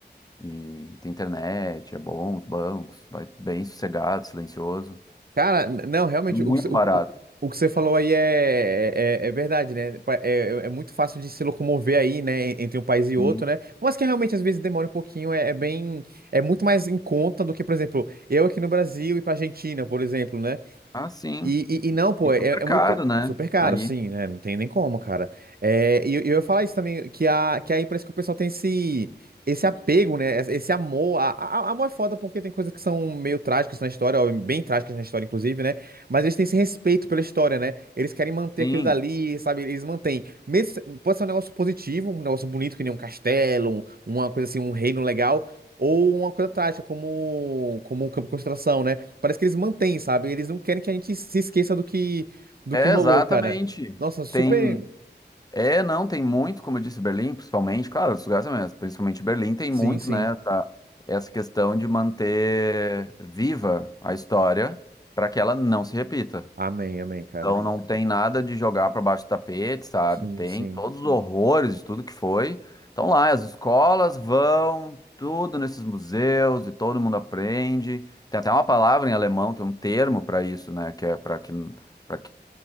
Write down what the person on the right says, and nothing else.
Cara, n- não, realmente,
o, que cê- o,
o o que você falou aí é, é, é é verdade, né? Pa- É, é é muito fácil de se locomover aí, né, en- entre um país e outro,
né? Mas que realmente às vezes demora um pouquinho, é, é bem, é muito mais em conta do que, por exemplo, eu aqui no Brasil e pra Argentina, por exemplo, né?
E, e, e não, pô,
é, é
muito
super caro,
sim, né? Não tem nem como, cara. É, e eu, eu ia falar isso também, que, a, que aí parece que o pessoal tem esse, esse apego, né? Esse esse amor. A, a- amor é foda porque tem coisas que são meio trágicas na história, ó, bem trágicas na história, inclusive, né? Mas eles têm esse respeito pela história, né? Eles querem manter
aquilo dali, sabe? Eles mantêm. Mesmo, se- pode ser um negócio positivo, um negócio bonito, que nem um castelo, um- uma coisa assim, um reino legal. Ou uma coisa trágica, como, como um campo de concentração, né? Parece que eles mantêm, sabe? Eles não querem que a gente se esqueça do que, do
que rolou,
cara. Nossa, super.
Sim,
sim.
Amém, amém, cara.
Sim,
sim.